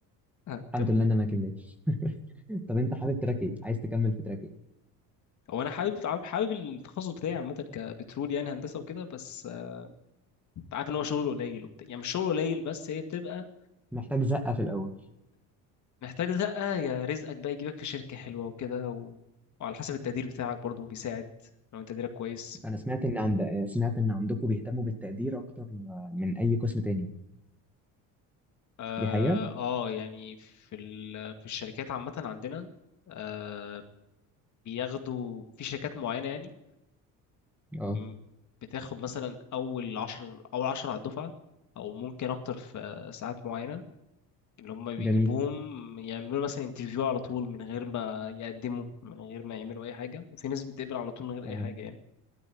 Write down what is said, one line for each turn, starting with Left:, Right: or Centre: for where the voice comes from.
Left: اه كمل
Centre: الحمد لله انا ما كملتش <laughs> طب انت حابب تراك ايه عايز تكمل في تراك ايه
Left: هو انا حابب عارف- حابب التخصص بتاعي عامه كبترول يعني هندسه وكده بس آه، انت عارف ان هو شغله قليل وبتاع يعني مش شغله قليل بس هي بتبقى
Centre: محتاج زقه في الاول
Left: محتاج زقه يا رزقك بقى يجيبك في شركه حلوه وكده و... وعلى حسب التقدير بتاعك برضه بيساعد لو انت تقديرك كويس
Centre: انا سمعت ان عند سمعت ان عندكم بيهتموا بالتقدير اكتر من اي قسم تاني
Left: اه
Centre: دي حقيقه
Left: آه، يعني في ال... في الشركات عامة عندنا آه بياخدوا في شركات معينة يعني
Centre: اه
Left: م- بتاخد مثلا أول عشر أول عشر على الدفعة أو ممكن أكتر في ساعات معينة اللي هم بيجيبوهم
Centre: جميل
Left: يعملوا مثلا انترفيو على طول من غير ما يقدموا من غير ما يعملوا أي حاجة وفي ناس بتقبل على طول من غير
Centre: تمام
Left: أي حاجة يعني